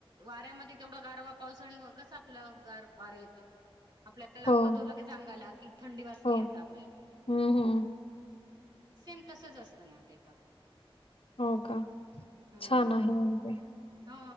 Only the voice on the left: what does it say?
हो,
हो.
हं, हं.
हो कां
छान आहे म्हणजे